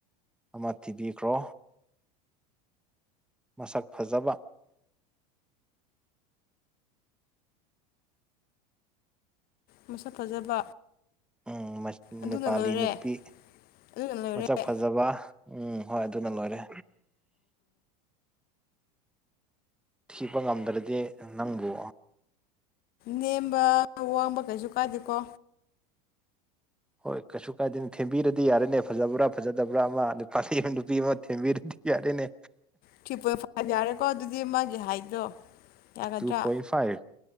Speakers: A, in the centre; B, on the left.
A: ꯑꯃ ꯊꯤꯕꯤꯈ꯭ꯔꯣ ꯃꯁꯛ ꯐꯖꯕ
B: ꯃꯁꯛ ꯐꯖꯕ
A: ꯎꯝ
B: ꯑꯗꯨꯅ
A: ꯅꯦꯄꯥꯂꯤ
B: ꯂꯣꯏꯔꯦ
A: ꯅꯨꯄꯤ
B: ꯑꯗꯨꯅ ꯂꯣꯏꯔꯦ
A: ꯃꯁꯛ ꯐꯖꯕ ꯎꯝ ꯍꯣꯏ ꯑꯗꯨꯅ ꯂꯣꯏꯔꯦ ꯊꯤꯕ ꯉꯝꯗ꯭ꯔꯗꯤ ꯅꯪꯕꯨ
B: ꯅꯦꯝꯕ ꯋꯥꯡꯕ ꯀꯩꯁꯨ ꯀꯥꯏꯗꯦꯀꯣ
A: ꯍꯣꯏ ꯀꯩꯁꯨ ꯀꯥꯏꯗꯦꯅ ꯊꯦꯝꯕꯤꯔꯗꯤ ꯌꯥꯔꯦꯅꯦ ꯐꯖꯕ꯭ꯔꯥ ꯐꯖꯗꯕ꯭ꯔꯥ ꯑꯃ ꯅꯨꯄꯥ ꯂꯩꯕ ꯅꯨꯄꯤ ꯑꯃ ꯊꯦꯝꯕꯤꯔꯗꯤ ꯌꯥꯔꯦꯅꯦ
B: ꯊ꯭ꯔꯤ ꯄꯣꯏꯟ ꯐꯥꯏꯚ ꯌꯥꯔꯦꯀꯣ ꯑꯗꯨꯗꯤ ꯃꯥꯒꯤ ꯍꯥꯏꯠꯇꯣ ꯌꯥꯒꯗ꯭ꯔꯥ
A: ꯇꯨ point five